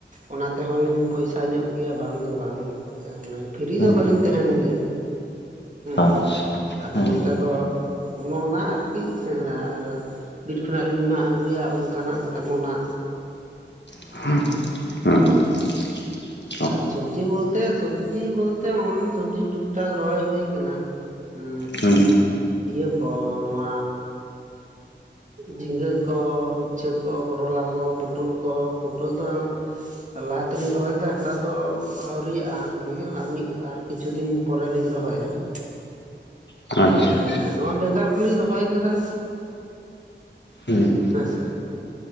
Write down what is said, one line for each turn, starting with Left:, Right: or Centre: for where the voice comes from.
Right: ᱚᱱᱟ ᱛᱮᱦᱚᱸᱞᱤᱧ ᱯᱚᱭᱥᱟ ᱧᱚᱜ ᱜᱮᱭᱟ ᱵᱟᱝ ᱫᱚ ᱵᱟᱝ ᱯᱷᱤᱨᱤ
Left: ᱦᱮᱸ
Right: ᱫᱚ ᱵᱟᱹᱞᱤᱧ ᱛᱟᱦᱮᱟᱸᱱ ᱜᱮᱭᱟ ᱦᱮᱸ,
Left: ᱟᱪᱪᱷᱟ
Right: ᱟᱫᱚ
Left: ᱦᱮᱸ
Right: ᱱᱚᱛᱮ ᱫᱚ ᱚᱱᱱᱟ ᱟᱨᱠᱤ ᱥᱮᱬᱟ ᱟᱨ ᱵᱤᱨ ᱠᱷᱚᱱᱟᱜ ᱞᱤᱧ ᱢᱟᱜ ᱟᱹᱜᱩᱭᱟ ᱚᱝᱠᱟᱱᱟᱜ ᱛᱮᱢᱚᱱᱟᱜ᱾
Left: <unintelligible>
Right: ᱟᱨ ᱥᱚᱵᱽᱡᱤ ᱵᱳᱞᱛᱮ ᱥᱚᱵᱽᱡᱤ ᱵᱳᱞᱛᱮ ᱦᱚᱸᱜᱚᱱᱟ ᱥᱚᱵᱽᱡᱤ ᱴᱷᱩᱠ ᱴᱷᱟᱠ ᱨᱚᱦᱚᱭ ᱦᱳᱭ ᱠᱟᱱᱟ᱾ ᱩᱸ
Left: ᱦᱩᱸ
Right: ᱤᱭᱟᱹ ᱠᱚ ᱱᱚᱣᱟ ᱡᱷᱤᱸᱜᱟᱹ ᱠᱚ, ᱩᱪᱷᱟᱹ ᱠᱚ, ᱠᱚᱨᱚᱞᱟ ᱠᱚ, ᱯᱳᱴᱳᱞ ᱠᱚ, ᱯᱳᱴᱳᱞ ᱫᱚ ᱞᱟᱦᱟ ᱛᱮᱞᱤᱧ ᱨᱚᱦᱚᱭ ᱞᱮᱫᱟ᱾ ᱛᱟᱨ ᱫᱚ ᱟᱹᱣᱨᱤᱭᱟᱜ-ᱟ ᱟᱨᱠᱤ, ᱟᱨ ᱢᱤᱫ ᱟᱨ ᱠᱤᱪᱷᱩ ᱫᱤᱱ ᱯᱚᱨᱮᱞᱤᱧ ᱨᱚᱦᱚᱭ-ᱟ᱾ <unintelligible>
Left: ᱟᱪᱪᱷᱟ
Right: ᱮᱸ
Left: ᱟᱪᱪᱷᱟ᱾
Right: ᱱᱚᱣᱟ ᱵᱮᱸᱜᱟᱲ ᱠᱚᱞᱤᱧ ᱨᱚᱦᱚᱭ ᱠᱟᱫᱟ᱾
Left: ᱦᱩᱸ᱾
Right: ᱦᱮᱸᱥᱮ